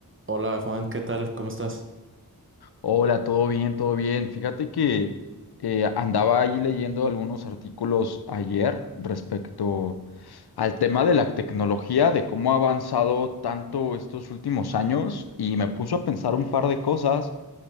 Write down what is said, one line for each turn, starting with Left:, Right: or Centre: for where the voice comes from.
Right: Hola Juan, ¿qué tal? ¿Cómo estás?
Left: Hola, todo bien, todo bien. Fíjate que eh, andaba ahí leyendo algunos artículos ayer respecto al tema de la tecnología, de cómo ha avanzado tanto estos últimos años y me puso a pensar un par de cosas.